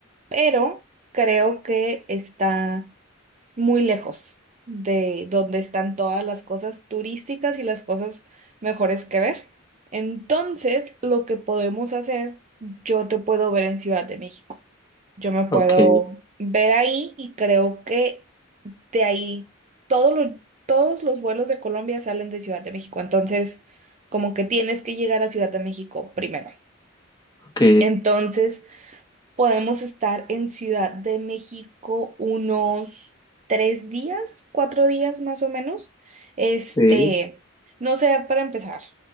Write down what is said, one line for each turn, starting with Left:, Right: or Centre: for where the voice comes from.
Right: pero creo que está muy lejos de donde están todas las cosas turísticas y las cosas mejores que ver. Entonces, lo que podemos hacer, yo te puedo ver en Ciudad de México. Yo me puedo
Left: Ok,
Right: ver ahí y creo que de ahí todos los, todos los vuelos de Colombia salen de Ciudad de México. Entonces, como que tienes que llegar a Ciudad de México primero.
Left: ok,
Right: Entonces, Podemos estar en Ciudad de México unos tres días, cuatro días más o menos. Este,
Left: sí.
Right: no sé, para empezar,